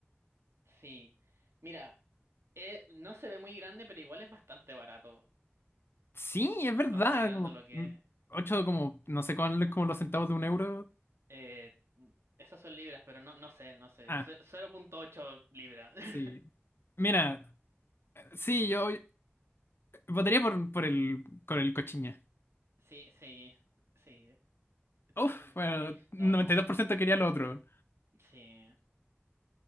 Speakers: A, on the right; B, on the left.
A: Sí, mira, eh, no se ve muy grande, pero igual es bastante barato,
B: Sí, es verdad,
A: considerando
B: como
A: lo que...
B: mm, ocho como no sé cuál como los centavos de un euro.
A: Eh, esas son libras, pero no, no sé, no sé,
B: Ah,
A: ce- cero punto ocho libras. <laughs>
B: sí. Mira, sí, yo votaría por por el por el cochiña.
A: Sí, sí, sí.
B: Uf,
A: eh,
B: bueno,
A: Ay, no,
B: noventa y dos por ciento quería lo otro.
A: sí.